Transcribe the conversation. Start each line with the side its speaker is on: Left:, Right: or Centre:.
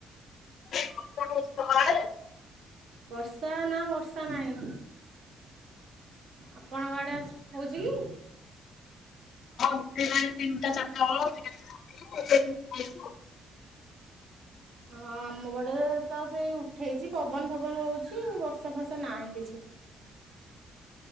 Left: ମୁଁ କହିଲି ବର୍ଷା ହଉଛି ତମ ଆଡେ?
Right: ବର୍ଷା ନା ବର୍ଷା ନାହିଁ। ଆପଣଙ୍କ ଆଡେ ଅଛି ହଉଛି କି?
Left: ହଁ ଉଠିଲାଣି ତିନିଟା ଚାରି ଟା ବଳୁ ଟିକେ ଟିକେ ହଉଛି ଆଉ ଟିକେ ଟିକେ ହଉଛି ଆଉ।
Right: ହଁ ଆମ ପଡେ ତ ସେଇ ଉଠେଇଛି ପବନ ଫବନ ହଉଛି ବର୍ଷା ଫର୍ଷା ନାହିଁ କିଛି।